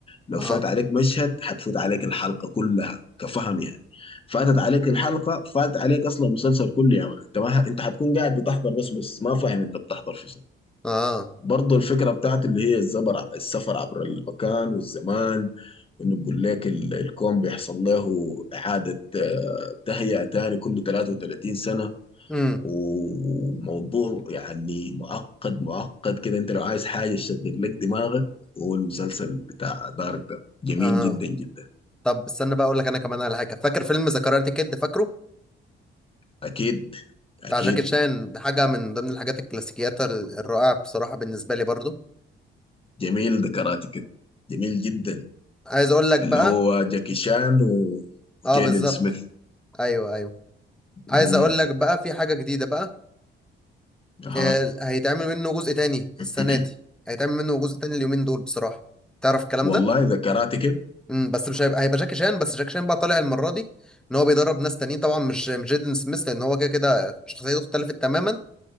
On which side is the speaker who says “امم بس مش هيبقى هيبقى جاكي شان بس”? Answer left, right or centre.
Centre